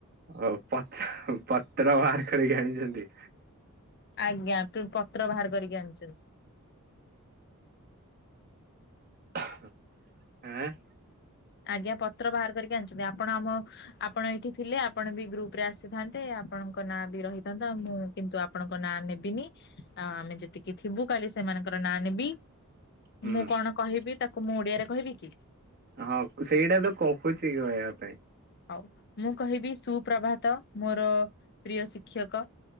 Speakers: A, on the right (about 45°); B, on the left (about 50°).
A: ହଉ ପତ୍ର ପତ୍ର ବାହାର କରିକି ଆଣିଛନ୍ତି।
B: ଆଜ୍ଞା ପତ୍ର ବାହାର କରିକି ଆଣିଛନ୍ତି।
A: ହଁ <unintelligible>
B: ଆଜ୍ଞା ପତ୍ର ବାହାର କରିକି ଆଣିଛନ୍ତି ଆପଣ ଆମ ଆପଣ ଏଇଠି ଥିଲେ ଆପଣ ବି ଗ୍ରୁପ୍ ରେ ଆସିଥାନ୍ତେ ଆପଣଙ୍କ ନାଁ ବି ରହିଥାନ୍ତତା ଆଉ ମୁଁ କିନ୍ତୁ ଆପଣଙ୍କ ନାଁ ନେବିନି ଆମେ ଯେତିକି ଥିବୁ କାଲି ସେମାନଙ୍କର ନାଁ ନେବି
A: ହୁଁ।
B: ମୁଁ କଣ କହିବି ତାକୁ ମୁଁ ଓଡିଆରେ କହିବି କି?
A: ହଁ ସେଇଟା ତ କହୁଛି କହିବା ପାଇଁ।
B: ଆଉ ମୁଁ କହିବି ସୁପ୍ରଭାତ ମୋର ପ୍ରିୟ ଶିକ୍ଷକ।